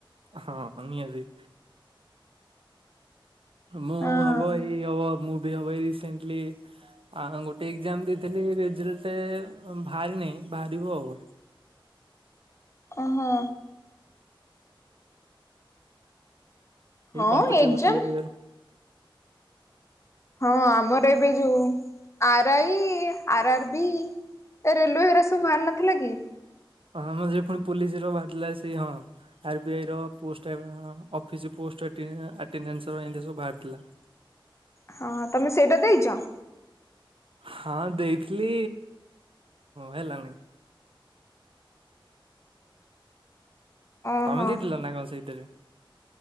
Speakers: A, on the right; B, on the left.
A: ହଁ ନିହାତି ମୁଁ
B: ହଁ
A: ହବ ଏଇ ହବ ମୁଁ ବି ହବ ଏଇ ରିସେଣ୍ଟଲି ଆ ଗୋଟେ ଏକ୍ଜାମ ଦେଇଥିଲି ରେଜଲ୍ଟ ବାହାରି ନାହିଁ ବାହାରିବ ଆଉ
B: ଓହୋ। ହଁ
A: ଏଇ କମ୍ପିଟିଭିଟିୟର
B: ଏକ୍ଜାମ ହଁ ଆମର ଏବେ ଯୋଉ R I R R B A railway ସବୁ ବାହାର ନଥିଲା କି?
A: ହଁ ଆମର ଯ ପୁଣି ପୋଲିସ ର ବାହାରିଲା ସେ ହଁ ଆର୍ ବି ଆଇର ପୋଷ୍ଟ ଅଫିସ୍ ପୋଷ୍ଟ ଆଟେଣ୍ଡାନ୍ସର ଏମିତି ସବୁ ବାହାରିଥିଲା। <inaudible>
B: ହଁ ତମେ ସେଇଟା ଦେଇଛ?
A: ହଁ ଦେଇଥିଲି ହେଲାନି।
B: ଓହୋ
A: ତମେ ଦେଇଥିଲ ନା କଣ ସେଇଥିରେ?